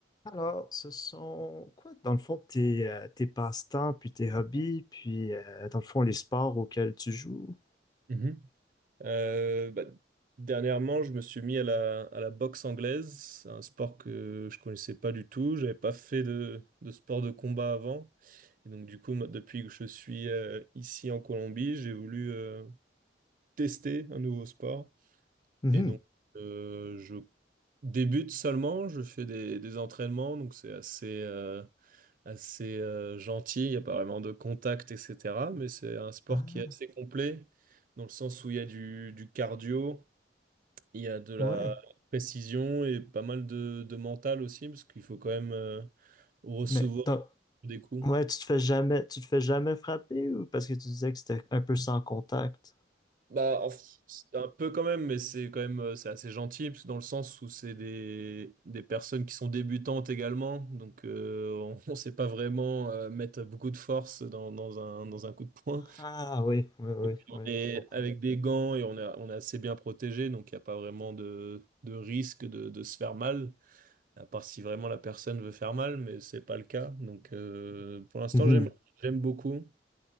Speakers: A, on the left (about 20°); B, on the right (about 50°).
A: Alors, ce sont quoi, dans le fond, tes, euh, tes passe-temps, puis tes hobbies, puis euh, dans le fond, les sports auxquels tu joues?
B: Mhm. Euh, bah, dernièrement, je me suis mis à la, à la boxe anglaise, C'est un sport que je connaissais pas du tout. J'avais pas fait de, de sport de combat avant, et donc du coup, moi, depuis que je suis euh, ici en Colombie, j'ai voulu euh, tester un nouveau sport,
A: Mhm.
B: et donc euh, je Débute seulement, je fais des, des entraînements, donc c'est assez, euh, assez euh, gentil, il n'y a pas vraiment de contact, etc. Mais c'est un sport
A: Ah,
B: qui est assez complet, dans le sens où il y a du, du cardio, il y a de la
A: ouais.
B: précision et pas mal de, de mental aussi, parce qu'il faut quand même euh, recevoir
A: Mais donc,
B: des coups.
A: ouais, tu te fais jamais, tu te fais jamais frapper ou parce que tu disais que c'était un peu sans contact?
B: Bah, en f- c'est un peu quand même, mais c'est quand même euh, c'est assez gentil parce que dans le sens où c'est des, des personnes qui sont débutantes également, donc euh, on <laughs> ne sait pas vraiment euh, mettre beaucoup de force dans, dans un, dans un coup de poing.
A: Ah oui, oui, oui,
B: Et puis
A: oui,
B: on est
A: je comprends.
B: avec des gants et on est, on est assez bien protégé, donc il n'y a pas vraiment de, de risque de, de se faire mal, à part si vraiment la personne veut faire mal, mais c'est pas le cas. Donc euh, pour l'instant,
A: Mhm.
B: j'aime, j'aime beaucoup